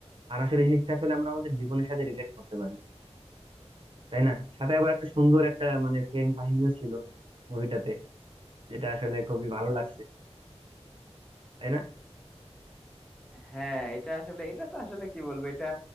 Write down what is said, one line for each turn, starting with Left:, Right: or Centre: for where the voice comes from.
Right: আর আসলে এই জিনিসটা আসলে আমরা আমাদের জীবনের সাথে রিলেট করতে পারি তাই না সাথে আবার একটা সুন্দর একটা মানে প্রেম কাহিনীও ছিল মুভিটাতে যেটা আসলে খুবই ভালো লাগছে তাই না
Centre: হ্যাঁ এটা আসলে এটা তো আসলে কি বলবো এটা